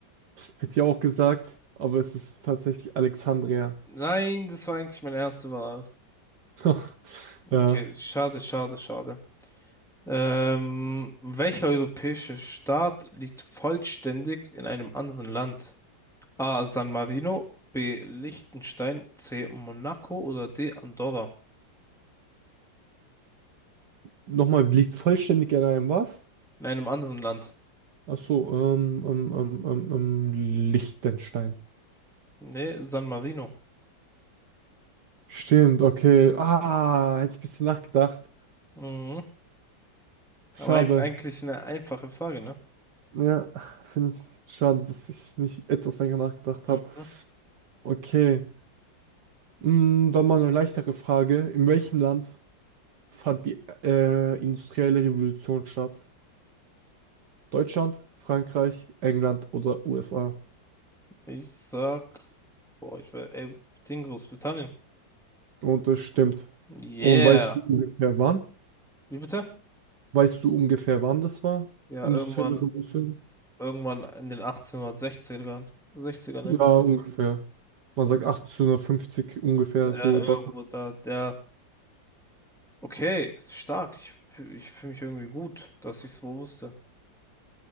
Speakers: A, on the right (about 65°); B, in the centre.
A: Hätte ich auch gesagt, aber es ist tatsächlich Alexandria.
B: Nein, das war eigentlich meine erste Wahl.
A: <laughs>
B: Okay,
A: Ja.
B: schade, schade, schade. Ähm, welcher europäische Staat liegt vollständig in einem anderen Land? A. San Marino, B. Liechtenstein, C. Monaco oder D. Andorra?
A: Nochmal, liegt vollständig in einem was?
B: In einem anderen Land.
A: Ach so, ähm, ähm, ähm, ähm, ähm, Liechtenstein.
B: Nee, San Marino.
A: Stimmt, okay. Ah, hätte ich ein bisschen nachgedacht.
B: Mhm.
A: Schade.
B: Aber eig- eigentlich eine einfache Frage, ne?
A: Ja, finde ich schade, dass ich nicht etwas länger nachgedacht
B: Mhm.
A: habe. Okay, Mm, dann mal eine leichtere Frage. In welchem Land fand die äh, industrielle Revolution statt? Deutschland, Frankreich, England oder USA?
B: Ich sag, boah, ich will, ey, Ding Großbritannien.
A: Und das stimmt.
B: Yeah.
A: Und weißt du ungefähr wann?
B: Wie bitte?
A: Weißt du ungefähr wann das war?
B: Ja,
A: Industrielle
B: irgendwann,
A: Revolution?
B: irgendwann in den 1860ern, 60ern
A: Ja,
B: irgendwo.
A: ungefähr. Man sagt 1850 ungefähr
B: Ja,
A: so.
B: irgendwo
A: Da.
B: da, der. Okay, ist stark. Ich, ich fühle mich irgendwie gut, dass ich es wohl wusste.